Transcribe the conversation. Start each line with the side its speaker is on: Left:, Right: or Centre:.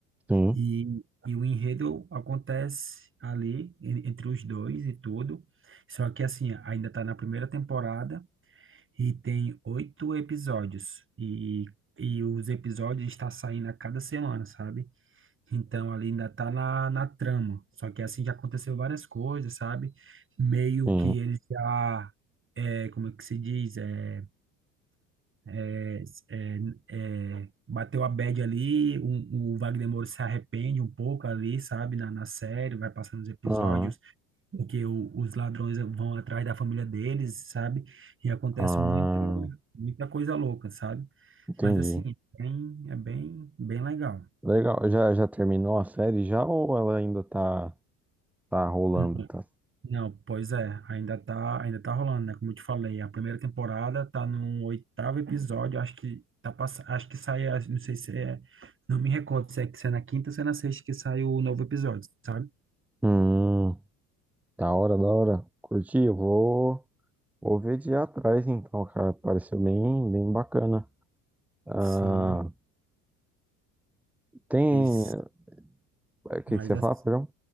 Centre: Sim,
Right: E, e o enredo acontece ali en- entre os dois e tudo. Só que assim, ainda tá na primeira temporada. E tem oito episódios. E, e os episódios estão saindo a cada semana, sabe? Então ali ainda tá na, na trama. Só que assim já aconteceu várias coisas, sabe? Meio
Centre: sim.
Right: que ele já. É, como é que se diz? É, é, é, é, bateu a bad ali. O, o Wagner Moura se arrepende um pouco ali, sabe? Na, na série, vai passando os episódios
Centre: Aham.
Right: em que o- os ladrões vão atrás da família deles, sabe? E acontece
Centre: Ah,
Right: muita, muita coisa louca, sabe?
Centre: entendi.
Right: Mas assim, é bem, é bem, bem legal.
Centre: Legal. Já, já terminou a série já ou ela ainda tá, tá rolando?
Right: Não,
Centre: Tá?
Right: não, pois é, ainda tá, ainda tá rolando, né? Como eu te falei, a primeira temporada tá no oitavo episódio, acho que tá pass... acho que sai, acho- não sei se é, não me recordo se é, se é na quinta ou se é na sexta que sai o novo episódio, sabe?
Centre: Hum, da hora, da hora. Curti, eu vou, vou ver de ir atrás então, cara. Pareceu bem, bem bacana. Ah,
Right: Sim,
Centre: tem.
Right: mas,
Centre: eh, O que
Right: mas
Centre: que você
Right: assim,
Centre: fala, perdão?